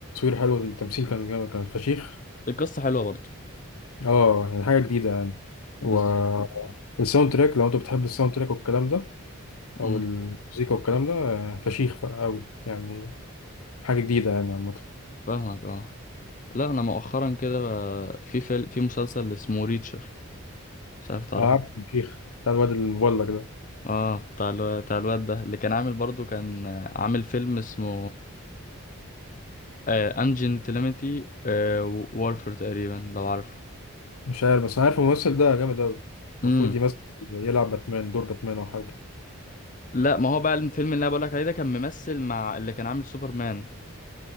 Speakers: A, on the left; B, on the left.
A: حلو التمثيل كان جامد كان فشيخ
B: القصة حلوة برضه
A: اه يعني حاجة جديدة يعني و
B: بالظبط
A: الساوند تراك لو انت بتحب الساوند تراك والكلام ده او
B: أمم،
A: المزيكا والكلام ده آه، فشيخ قوي يعني حاجة جديدة يعني عامة
B: فاهمك اه لا انا مؤخرا كده بقى في فيلم في مسلسل اسمه ريتشر مش عارف تعرفه
A: انا عارف فشيخ بتاع الواد المبلغ ده
B: اه بتاع الو- بتاع الواد ده اللي كان عامل برضو كان آه، عامل فيلم اسمه انجن تيليمتي وارفر تقريبا لو عارفه
A: مش عارف بس انا عارف الممثل ده جامد قوي
B: امم
A: المفروض يمثل يلعب باتمان دور باتمان او حاجة
B: لا ما هو بقى الفيلم اللي انا بقولك عليه ده كان ممثل مع اللي كان عامل سوبرمان